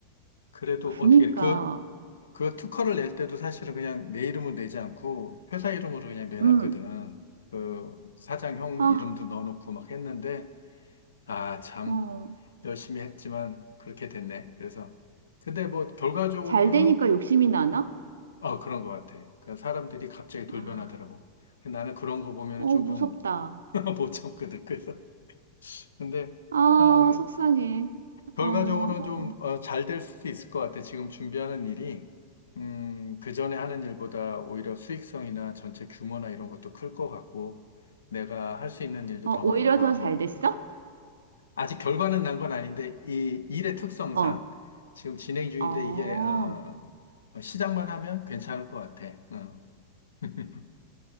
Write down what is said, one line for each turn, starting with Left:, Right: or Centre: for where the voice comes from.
Left: 그래도
Right: 그니까,
Left: 어떻게, 그, 그 특허를 낼 때도 사실은 그냥 내 이름은 내지 않고 회사 이름으로 그냥 내놨거든.
Right: 음,
Left: 그 사장 형
Right: 아,
Left: 이름도 넣어놓고 막 했는데 아, 참.
Right: 어.
Left: 열심히 했지만 그렇게 됐네. 그래서 근데 뭐 결과적으로는
Right: 잘 되니까 욕심이 나나?
Left: 어 그런 것 같아. 그러니까 사람들이 갑자기 돌변하더라고.
Right: 아,
Left: 근데 나는 그런 거 보면
Right: 어,
Left: 은 조금
Right: 무섭다.
Left: <laughs> 못 참거든. 그래서 근데
Right: 아,
Left: 어,
Right: 속상해.
Left: 결과적으로
Right: 어, 어, 어.
Left: 좀 어, 잘될 수도 있을 것 같아. 지금 준비하는 일이 음, 그 전에 하는 일보다 오히려 수익성이나 전체 규모나 이런 것도 클 것 같고 내가 할 수 있는 일도
Right: 어,
Left: 더
Right: 오히려
Left: 많을 것
Right: 더
Left: 같고
Right: 잘 됐어?
Left: 아직 결과는 난 건 아닌데 이 일의 특성상
Right: 어,
Left: 지금 진행 중인데
Right: 어. 어,
Left: 이게 어, 시작만 하면 괜찮을 것 같아. 어. <laughs>